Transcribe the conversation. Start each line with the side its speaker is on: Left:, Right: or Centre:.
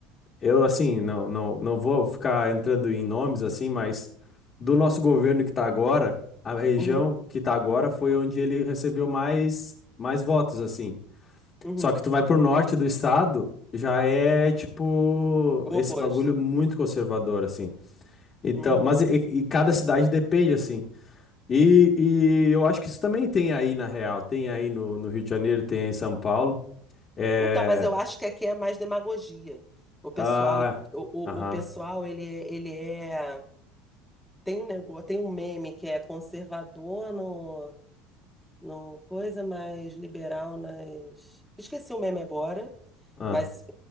Left: eu, assim, não, não, não vou ficar entrando em nomes, assim, mas do nosso governo que tá agora, a região
Centre: Uhum,
Left: que tá agora foi onde ele recebeu mais, mais votos, assim.
Centre: uhum.
Left: Só que tu vai pro norte do estado, já é tipo
Centre: O
Left: esse
Centre: oposto.
Left: bagulho muito conservador, assim. Então,
Centre: Uhum.
Left: mas e, e cada cidade depende, assim. E, e eu acho que isso também tem aí na real, tem aí no, no Rio de Janeiro, tem aí em São Paulo. É.
Centre: Então, mas eu acho que aqui é mais demagogia. O pessoal,
Left: Ah.
Centre: o,
Left: Aham.
Centre: o, o pessoal, ele, é- ele é, tem um negócio, tem um meme que é conservador no, no coisa, mais liberal nas. Esqueci o meme agora,
Left: ah,
Centre: mas